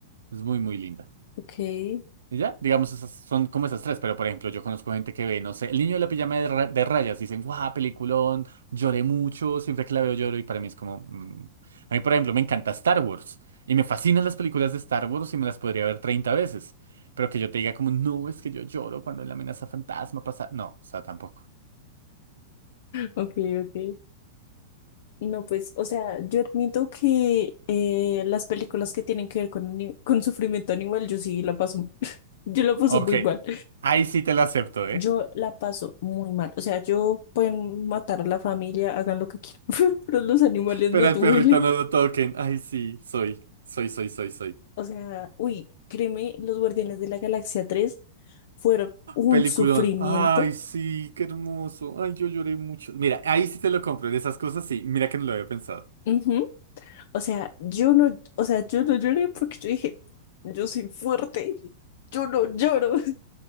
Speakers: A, on the right; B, on the left.
A: Es muy, muy linda.
B: Ok, sí.
A: Y ya, digamos, esas son como esas tres, pero por ejemplo, yo conozco gente que ve, no sé, El niño de la pijama de, ra- de rayas, dicen, guau, peliculón, lloré mucho, siempre que la veo lloro, y para mí es como, mm. A mí, por ejemplo, me encanta Star Wars, y me fascinan las películas de Star Wars y me las podría ver 30 veces, pero que yo te diga como, no, es que yo lloro cuando en la amenaza fantasma pasa, no, o sea, tampoco.
B: Ok, ok. No, pues, o sea, yo admito que eh, las películas que tienen que ver con, ani- con sufrimiento animal, yo sí la paso. <laughs> Yo la paso
A: Ok,
B: muy mal.
A: ahí sí te lo acepto,
B: Yo
A: ¿eh?
B: la paso muy mal. O sea, yo pueden matar a la familia, hagan lo que quieran, <laughs> pero los animales
A: Pero
B: me duelen.
A: al perrito no lo toquen, ay sí, soy, soy, soy, soy, soy.
B: O sea, uy, créeme, los Guardianes de la Galaxia 3 fueron un
A: Peliculón.
B: sufrimiento.
A: Ay, sí, qué hermoso. Ay, yo lloré mucho. Mira, ahí sí te lo compro. En esas cosas sí. Mira que no lo había pensado.
B: Ujú. O sea, yo no, o sea, yo no lloré porque yo dije, yo soy fuerte, yo no lloro. <laughs>